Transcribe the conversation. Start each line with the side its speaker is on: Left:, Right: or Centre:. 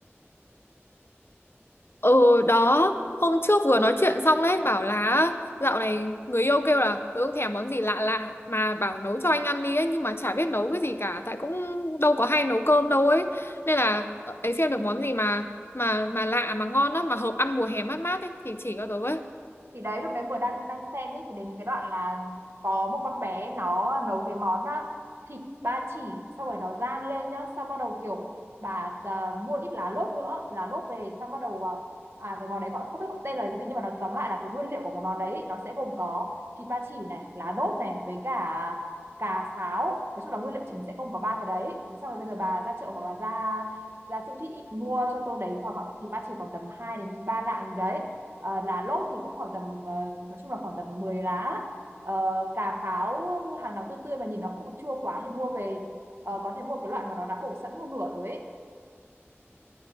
Left: Ừ đó Hôm trước vừa nói chuyện xong đấy Bảo là dạo này người yêu kêu là Tớ không thèm món gì lạ lạ Mà bảo nấu cho anh ăn đi ấy Nhưng mà chả biết nấu cái gì cả Tại cũng đâu có hay nấu cơm đâu ấy Nên là ờ, ấy xem được món gì mà Mà mà lạ mà ngon á Mà hợp ăn mùa hè mát mát ấy Thì chỉ cho tớ với
Right: thì đấy lúc đấy vừa đang đang xem ấy thì đến cái đoạn là có một con bé nó nấu cái món à, thịt ba chỉ xong rồi nó rang lên nhá xong bắt đầu kiểu bà à, mua ít lá lốt nữa lá lốt về xong bắt đầu à, à cái món đấy gọi không biết gọi tên là cái gì nhưng mà nó tóm lại là cái nguyên liệu của cái món đấy nó sẽ gồm có thịt ba chỉ này lá lốt này với cả cà pháo nói chung là nguyên liệu chính sẽ gồm có ba cái đấy thế xong rồi bây giờ bà ra chợ hoặc là ra ra siêu thị mua cho tôi đấy khoảng thịt ba chỉ khoảng tầm 2 đến 3 lạng gì đấy Ờ, lá lốt thì cũng khoảng tầm ờ, nói chung là khoảng tầm mười lá Ờ, cà pháo hàng nào tươi tươi mà nhìn nó không chua quá thì mua về Ờ, có thể mua cái loại mà nó đã bổ sẵn một nửa rồi ấy.